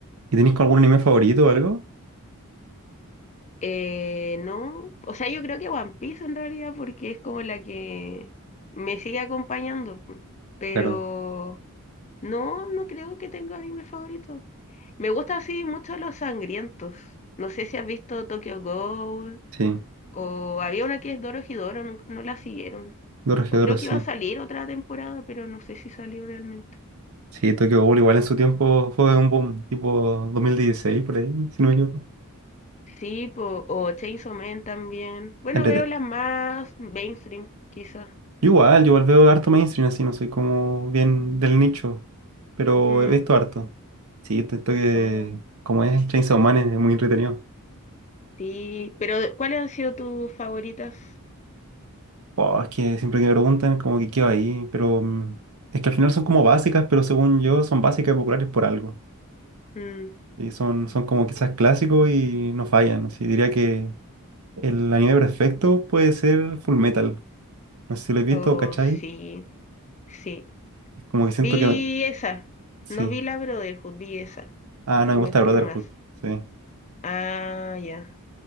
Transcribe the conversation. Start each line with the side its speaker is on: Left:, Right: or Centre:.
Right: ¿Y tenéis
Left: Sí.
Right: algún anime favorito o algo?
Left: Eh, no, o sea, yo creo que One Piece en realidad porque es como la que me sigue acompañando, pu. pero
Right: Claro,
Left: no, no creo que tenga anime favorito. Me gustan así mucho los sangrientos. No sé si has visto Tokyo Ghoul
Right: sí.
Left: o había una que es Dorohedoro, no, no la siguieron.
Right: Dorohedoro,
Left: O creo
Right: sí.
Left: que iba a salir otra temporada, pero no sé si salió realmente.
Right: Sí, Tokyo Ghoul igual en su tiempo fue un boom, tipo 2016 por ahí, si no me equivoco.
Left: Sí, po, o Chainsaw Man también. Bueno,
Right: Entrete-
Left: veo las más mainstream, quizás.
Right: Yo igual, yo igual veo harto mainstream así, no soy como bien del nicho, pero
Left: Mm.
Right: he visto harto. Sí, esto esto que,
Left: o-
Right: como es Chainsaw Man, es muy entretenido.
Left: Sí, pero ¿cuáles han sido tus favoritas?
Right: Oh, es que siempre que me preguntan, como que quedo ahí, pero mm, es que al final son como básicas, pero según yo son básicas y populares por algo.
Left: Mm,
Right: Y son, son como quizás clásicos y no fallan. Así diría que el anime perfecto puede ser Full Metal. No sé si lo he visto,
Left: oh,
Right: ¿cachai?
Left: sí, sí.
Right: Como que siento
Left: Vi
Right: que no-
Left: esa.
Right: sí.
Left: No vi la Brotherhood, vi esa.
Right: Ah,
Left: Full
Right: no, me
Left: Metal
Right: gusta Brotherhood.
Left: nomás.
Right: Sí.
Left: Ah, ya.